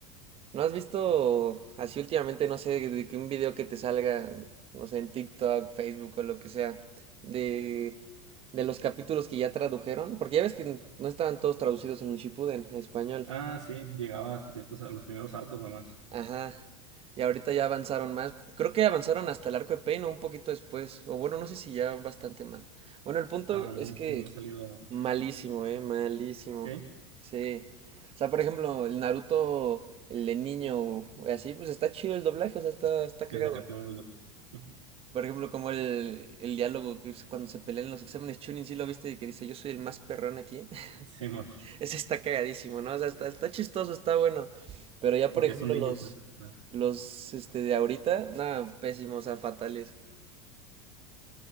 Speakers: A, on the right (about 35°); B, on the right (about 80°).
A: ¿No has visto así últimamente, no sé, de que un video que te salga, no sé, en TikTok, Facebook o lo que sea, de, de los capítulos que ya tradujeron? Porque ya ves que no estaban todos traducidos en un Shippuden, a español.
B: Ah, sí, llegaba hasta ciertos, a los primeros arcos nomás.
A: Ajá. Y ahorita ya avanzaron más. Creo que avanzaron hasta el arco de Pain o un poquito después. O bueno, no sé si ya bastante más. Bueno, el punto
B: Ah, no,
A: es que
B: no me ha salido.
A: Malísimo, eh, malísimo.
B: ¿Sí?
A: Sí. O sea, por ejemplo, el Naruto, el de niño, o o así, pues está chido el doblaje, o sea, está, está cagado.
B: El de Cartoon Network. <laughs>
A: Por ejemplo, como el, el diálogo que es cuando se pelean en los exámenes Chunin, sí lo viste, y que dice, yo soy el más perrón aquí. <laughs>
B: Simón,
A: Ese está cagadísimo, ¿no? O sea, está, está chistoso, está bueno. Pero ya,
B: porque
A: por ejemplo,
B: es un niño,
A: los,
B: pues. o sea,
A: los, este, de ahorita, nada, pésimos, o sea, fatales.